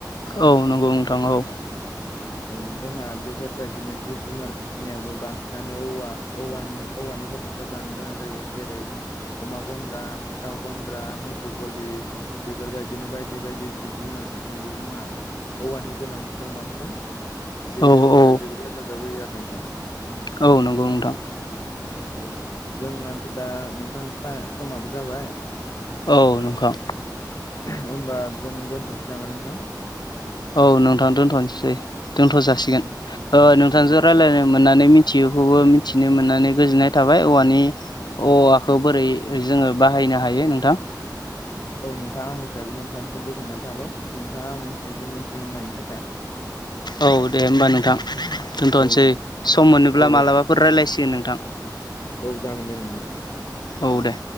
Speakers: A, on the left; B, on the left.
A: औ नंगौ नोंथां औ।
B: औ जोंहा बेफोरबायदिनो जिब जुनार फिसिनायावबो बांसिनानो औवा औवा औवानि हेफाजाब लानो गोनां जायो जेरै अमा गन्द्रा, दाउ गन्द्रा, मोसौ गलि बेफोरबायदिनो बायदि बायदि जिब जुनार फिसिनायावबो जोंहा औवानि गोनांथि दं बांसिन‌ बे
A: औ
B: औवाया
A: औ
B: जोबोद हेफाजाब होयो आरो नोंथां।
A: औ नंगौ नोंथां
B: औ जोंनाथ' दा नोंथां टायम समाबो जाबाय।
A: औ नोंखां।
B: होमबा जों दोन्थ'नोसै नामा नोंथां?
A: औ नोंथां दोन्थ'नोसै, दोनथ' जासिगोन।
B: औ
A: ओ नोंथांजों
B: औ
A: रायज्लायनो मोननानै मिथियैखौबो मिथिनो मोननानै गोजोननाय थाबाय औवानि औवाखौ बोरै जोङो बाहायनो हायो नोंथां।
B: औ नोंथाङा आंनिफ्रायबो नोंथांसिम गोजोननाय थाबाय नोंथाङा आं मिथिनायखौ मोनथिगोन होननायनि थाखाय।
A: औ दे होमबा नोंथां दोनथ'नोसै।
B: औ दे
A: सम मोनोब्ला
B: औ
A: मालाबाफोर रायज्लायसिगोन नोंथां।
B: औ जागोन दे नोंथां।
A: औ दे।